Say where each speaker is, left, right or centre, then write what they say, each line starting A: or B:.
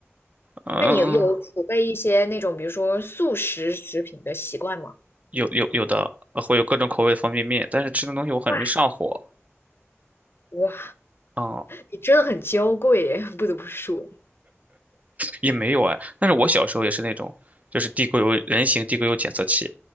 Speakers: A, on the right; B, on the left.
A: 嗯，
B: 那你有储备一些那种比如说速食食品的习惯吗？
A: 有有有的呃会有各种口味的方便面，但是吃那东西我很容易上火，
B: 哇，哇，
A: 嗯。
B: 你真的很娇贵耶，不得不说
A: 也没有哎，但是我小时候也是那种，就是地沟油人形地沟油检测器，